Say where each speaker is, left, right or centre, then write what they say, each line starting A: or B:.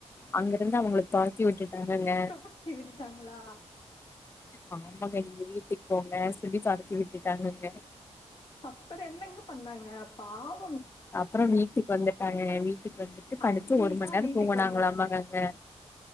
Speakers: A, on the left (about 20°); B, on the left (about 50°).
A: அங்க இருந்து அவங்களுக்கு தொரத்தி விட்டுட்டு ங்க
B: துரத்தி விட்டுட்டாங்களா
A: ஆமாங்க நீங்க வீட்டுக்கு போங்க சொல்லி பாத்தி விட்டுட்டாங்கங்க
B: அப்புறம் என்னங்க பண்ணாங்க பாவ்
A: அப்புறம் வீட்டுக்கு வந்துட்டாங்க வீ ட்டுக்கு வந்துட்டு படுத்து
B: அடிதா
A: ஒரு மணி நேரம்
B: வீட்டுக்கு
A: தூங்கனாமாங்களாங்க
B: வந்தா
A: ஙக